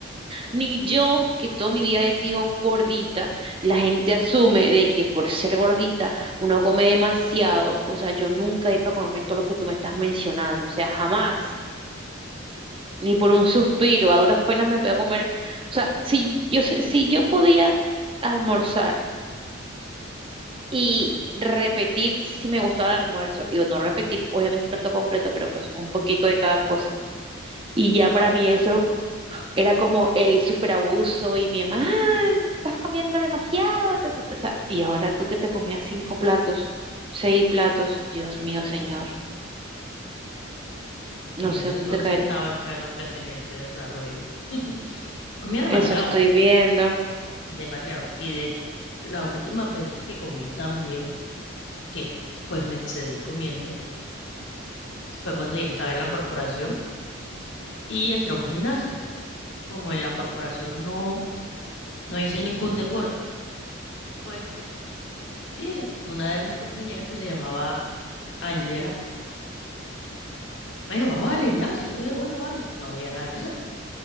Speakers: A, on the right; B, on the left.
A: ni yo, que toda mi vida he sido gordita, la gente asume de que por ser gordita uno come demasiado. O sea, yo nunca he ido para comerme todo lo que tú me estás mencionando. O sea, jamás. ni por un suspiro, a duras penas me voy a comer. O sea, si yo, sé- si yo podía almorzar y repetir si me gustaba el almuerzo, y no repetir, obviamente el plato completo, pero pues un poquito de cada cosa. Y ya para mí eso era como el superabuso y mi mamá, "Ah, estás comiendo demasiado. ta, ta, ta". O sea, y ahora tú que te comías cinco platos, seis platos, Dios mío, señor, no
B: En ese
A: sé dónde
B: entonces
A: te cae.
B: estaba en pleno crecimiento y desarrollo. <laughs> Comía demasiado,
A: Eso estoy viendo.
B: demasiado. Y de hecho, las últimas veces que comí también, que pues me excedí comiendo, fue cuando ya estaba en la corporación y entré a un gimnasio. Como en la corporación no, no hice ningún deporte, pues Dije, una de mis compañeras que se llamaba Ángela, me dijo, vamos al gimnasio. Yo dije, bueno, vale, no había nada que hacer.